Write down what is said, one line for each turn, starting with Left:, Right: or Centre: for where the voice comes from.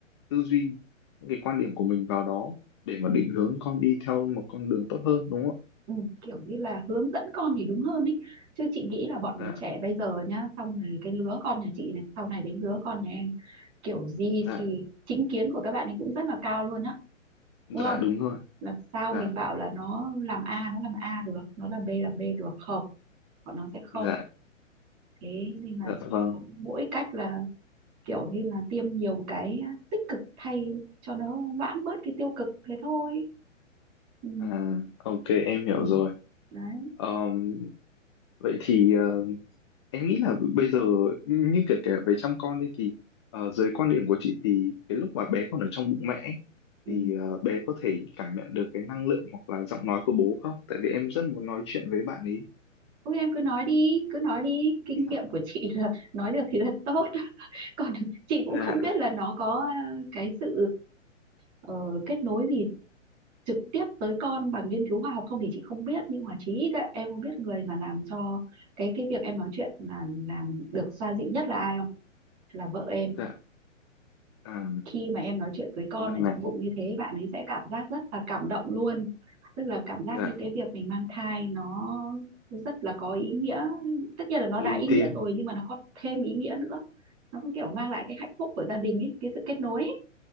Left: tư duy, những cái quan điểm của mình vào đó để mà
Right: ừ,
Left: định hướng con đi theo một con đường tốt hơn đúng không
Right: ừ, kiểu như là hướng dẫn con thì đúng hơn ý chứ chị nghĩ là bọn
Left: ạ?
Right: trẻ
Left: Dạ,
Right: bây giờ nhá xong rồi cái lứa con nhà chị này sau này đến lứa con nhà em kiểu gì
Left: dạ,
Right: thì chính kiến của các bạn ấy cũng rất là cao luôn á
Left: dạ
Right: đúng không
Left: đúng rồi,
Right: làm sao
Left: dạ,
Right: mình bảo là nó làm A nó làm A được nó làm B làm B được không bọn nó sẽ không
Left: dạ,
Right: thế nên là
Left: dạ
Right: chỉ
Left: vâng.
Right: có mỗi cách là kiểu như là tiêm nhiều cái tích cực thay cho nó loãng bớt cái tiêu cực thế thôi ừ,
Left: À, ok, em hiểu
Right: ừ.
Left: rồi.
Right: đấy
Left: Ờm, vậy thì ờ, em nghĩ là bây giờ như kể cả về chăm con đi thì ờ, dưới quan điểm của chị thì cái lúc mà bé còn ở trong bụng mẹ ấy,
Right: ừ.
Left: thì ờ, bé có thể cảm nhận được cái năng lượng hoặc là giọng nói của bố không? Tại vì em rất muốn nói chuyện với bạn ấy.
Right: Ôi em cứ nói đi, cứ nói đi, kinh
Left: Dạ,
Right: nghiệm của chị là <laughs> nói được thì là tốt. <laughs> Còn chị cũng
Left: dạ,
Right: không biết là nó có ờ, cái sự ờ, kết nối gì trực tiếp tới con bằng nghiên cứu khoa học không thì chị không biết nhưng mà chí ít ấy, em không biết người mà làm cho cái cái việc em nói chuyện là làm được xoa dịu nhất là ai không là vợ em
Left: dạ, à,
Right: khi mà em nói chuyện với con
Left: thế là
Right: ở
Left: mẹ,
Right: trong bụng như thế bạn ấy sẽ cảm giác rất là cảm động luôn tức là cảm giác
Left: dạ,
Right: như cái việc mình mang thai nó rất là có ý nghĩa tất nhiên là nó đã
Left: linh
Right: ý nghĩa
Left: thiêng,
Right: rồi nhưng mà nó còn thêm ý nghĩa nữa nó có kiểu mang lại cái hạnh phúc của gia đình ấy cái sự kết nối ấy.